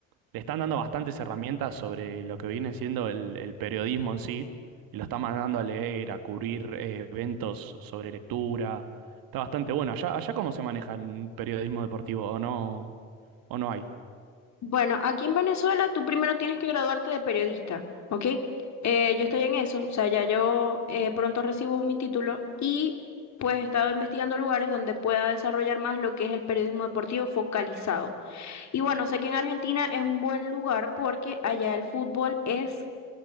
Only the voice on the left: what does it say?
Bueno, aquí en Venezuela tú primero tienes que graduarte de periodista, ¿ok? Eh, yo estoy en eso, o sea, ya yo eh, pronto recibo mi título y pues he estado investigando lugares donde pueda desarrollar más lo que es el periodismo deportivo focalizado. Y bueno, sé que en Argentina es un buen lugar porque allá el fútbol es